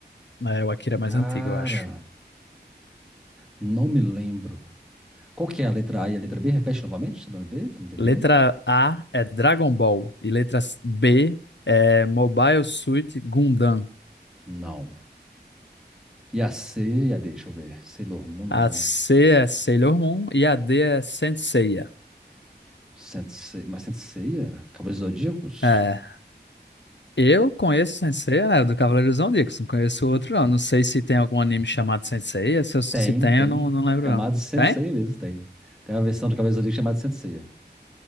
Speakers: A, on the left (about 85°); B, in the centre.
A: É, o Akira é mais
B: Cara,
A: antigo, eu acho.
B: não me lembro. Qual que é a letra A e a letra B? Repete novamente, só pra eu ver, pra eu entender.
A: Letra A é Dragon Ball. E letra B é Mobile Suit Gundam.
B: Não. E a C e a D, deixa eu ver. Sailor Moon, não
A: A
B: lembro.
A: C é Sailor Moon. E a D é Senseiya.
B: Sensei, mas Senseiya? Cavaleiros Zodíacos?
A: É. Eu conheço Senseiya, né, do Cavaleiros do Zodíaco. Não conheço outro, não. Não sei se tem algum anime chamado Senseiya. Se, eu- se
B: Tem,
A: tem,
B: tem.
A: eu não, não lembro,
B: Chamado
A: não.
B: Senseiya
A: Tem?
B: mesmo, tem. Tem a versão do Cavaleiros Zodíacos chamada Senseiya.